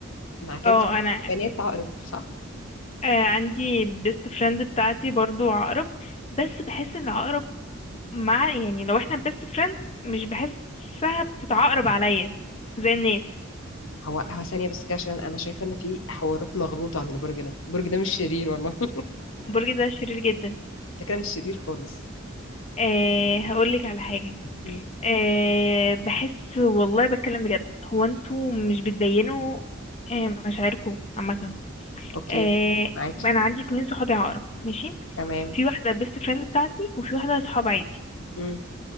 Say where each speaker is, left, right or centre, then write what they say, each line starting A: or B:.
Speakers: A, on the left; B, on the left.
A: ما كانش
B: اه
A: عندك
B: انا
A: بنات عقرب صح
B: آه عندي البيست فريند بتاعتي برضو عقرب بس بحس ان عقرب مع يعني لو احنا بيست فريندز مش بحسها بتتعقرب عليا زي الناس
A: هو هو ثانية بس كده عشان انا شايفة ان في حوارات مغلوطة عن البرج ده البرج ده مش شرير والله <laughs>
B: برج ده شرير جدا
A: ده كده مش شرير خالص
B: أه هقولك على حاجة
A: مم.
B: أه بحس والله بتكلم بجد هو انتوا مش بتبينوا آه، مشاعركم عامة
A: اوكي
B: آه،
A: معاكي
B: انا عندي اتنين صحابي عقرب ماشي
A: تمام
B: في واحده بيست فريند بتاعتي وفي واحده صحاب عادي
A: مم.